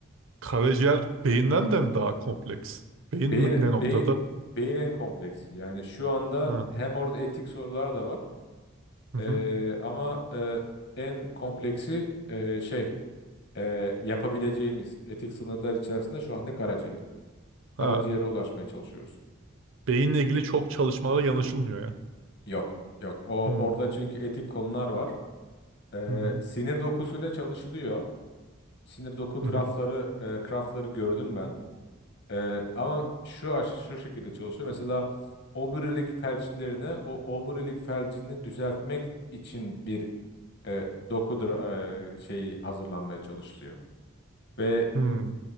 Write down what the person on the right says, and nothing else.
Karaciğer beyinden de mi daha kompleks? Beyin
n- ne noktada?
Ha.
Hı
hı.
Ha.
Beyinle ilgili çok çalışmalara yanaşılmıyor yani.
Hı.
Hı hı.
Hı
hı.
Hı.